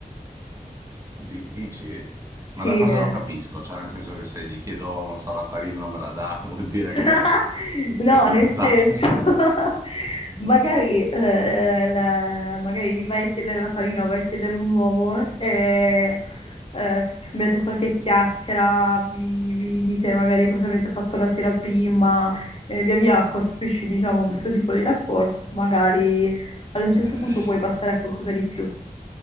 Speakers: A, on the right; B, on the left.
A: Di- dici?
B: Sì,
A: Ma da cosa
B: eh.
A: lo capisco? Cioè, nel senso che se gli chiedo, non so, la farina non me la dà, <laughs> vuol dire
B: <laughs>
A: che,
B: No,
A: che è fidanzata.
B: nel senso, <laughs>
A: <laughs>
B: magari, eh, la- magari gli vai a chiedere la farina o vai a chiedere un uomo e eh, scambiate qualche
A: Sì.
B: chiacchiera, vi, vi dite magari cosa avete fatto la sera prima, e via via costruisci, diciamo, questo tipo di rapporto. Magari ad un certo
A: Eh.
B: punto puoi passare a qualcosa di più.